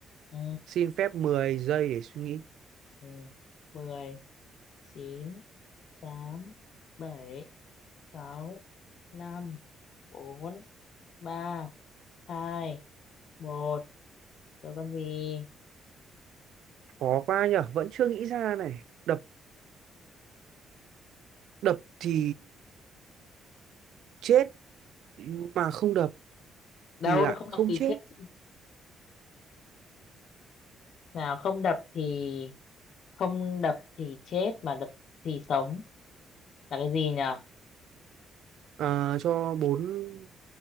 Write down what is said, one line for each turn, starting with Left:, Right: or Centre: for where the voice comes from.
Left: ừ
Right: Xin phép 10 giây để suy nghĩ.
Left: ừ mười chín tám bảy sáu năm bốn ba hai một rồi con gì
Right: khó quá nhở vẫn chưa nghĩ ra này đập đập thì chết mà không đập
Left: đâu
Right: thì lại
Left: nó không đập
Right: không
Left: thì
Right: chết
Left: chết chứ. nào không đập thì không đập thì chết mà đập thì sống là cái gì nhở
Right: à, cho bốn